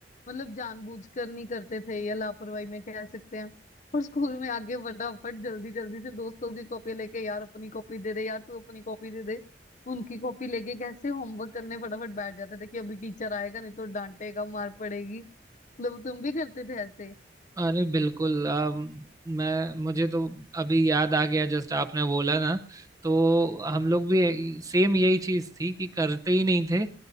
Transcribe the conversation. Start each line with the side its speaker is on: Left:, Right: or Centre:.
Left: मतलब जानबूझ कर नहीं करते थे या लापरवाही में कह सकते हैं और स्कूल में आके फटाफट जल्दी जल्दी से दोस्तों की कॉपी लेके यार अपनी कॉपी दे दे यार तू अपनी कॉपी दे दे उनकी कॉपी लेके कैसे होमवर्क करने फटाफट बैठ जाते थे कि अभी टीचर आएगा नहीं तो डांटेगा मार पड़ेगी मतलब तुम भी करते थे ऐसे
Right: अरे बिल्कुल अम, मैं मुझे तो अभी याद आ गया जस्ट आपने बोला ना तो हम लोग भी सेम यही चीज थी कि करते ही नहीं थे